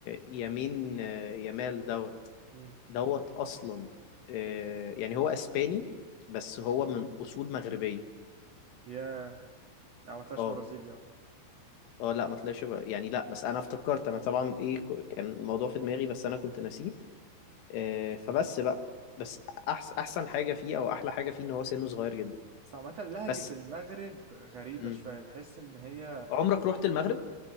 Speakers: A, on the left (about 80°); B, on the right (about 70°).
A: يمين يمال دوت
B: امم
A: دوت اصلا آه، يعني هو اسباني بس هو من اصول مغربية
B: يا يعني ما طلعش
A: اه
B: برازيل يعني
A: اه لا ما طلعش بقى- يعني لا بس انا افتكرت انا طبعا ايه ك- كان الموضوع في دماغي بس انا كنت ناسيه آه، فبس بقى بس احسن احسن حاجة فيه او احلى حاجة فيه ان هو سنه صغير جدا
B: بس عامة لهجة
A: بس
B: المغرب غريبة
A: مم.
B: شوية تحس ان هي
A: عمرك رحت المغرب؟